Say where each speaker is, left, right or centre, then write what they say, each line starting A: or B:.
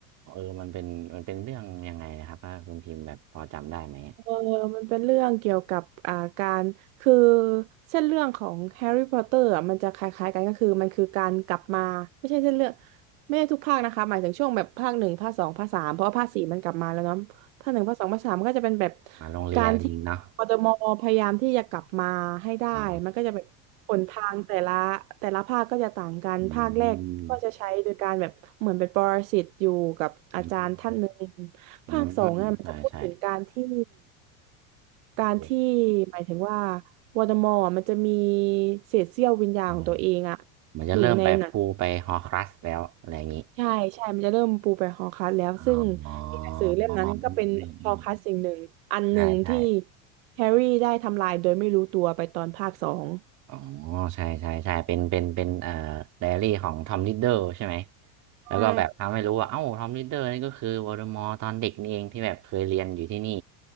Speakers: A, on the right; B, on the right.
A: เออมันเป็นมันเป็นเรื่องยังไงนะครับถ้าคุณพิมพ์แบบพอจำได้ไหม
B: เออมันเป็นเรื่องเกี่ยวกับอ่าการคือเส้นเรื่องของแฮร์รี่พอตเตอร์อ่ะมันจะคล้ายๆกันก็คือมันคือการกลับมาไม่ใช่เส้นเรื่องไม่ใช่ทุกภาคนะคะหมายถึงช่วงแบบภาคหนึ่งภาคสองภาคสามเพราะว่าภาคสี่มันกลับมาแล้วเนาะ ภาคหนึ่งภาคสองภาคสามมันก็จะเป็นแบบ
A: มาโรงเรียนเนาะ
B: การที่กทมพยายามที่จะกลับมาให้ได้มันก็จะแบบหนทางแต่ละแต่ละภาคก็จะต่างกันภาคแรกก็จะใช้โดยการแบบเหมือนเป็นปรสิตอยู่กับอาจารย์ท่านหนึ่ง
A: อ๋ออืมอืมอืม
B: ภาคสองอ่ะมันจะพูดถึงการที่
A: ใช่ใช่
B: การที่
A: เออ
B: หมายถึงว่าวอร์มอร์มันจะมีเศษเสี้ยววิญญาณของตัวเองอ่ะ
A: ใช่เหมือนจะเริ่มไปปูไปฮอครัสแล้วอะไรอย่างนี้
B: อยู่ในหนัง ใช่ใช่ มันจะเริ่มปูไปฮอลคัสแล้ว
A: อ๋ออ๋อ
B: ซึ่งในหนังสือเล่มนั้นก็เป็นฮอลคัสสิ่งหนึ่งอันหนึ่งที่
A: อืมอืมอืมใช่ใช่
B: แฮร์รี่ได้ทำลายโดยไม่รู้ตัวไปตอนภาคสอง
A: อ๋อ ใช่ใช่ใช่เป็นเป็นเป็นเอ่อไดอารี่ของทอมลิดเดอร์ใช่ไหม
B: ใช่
A: แล้วก็แบบทำให้รู้ว่าเอ้าทอมลิดเดอร์นี่ก็คือวอลเดอมอร์ตอนเด็กนี่เองที่แบบเคยเรียนอยู่ที่นี่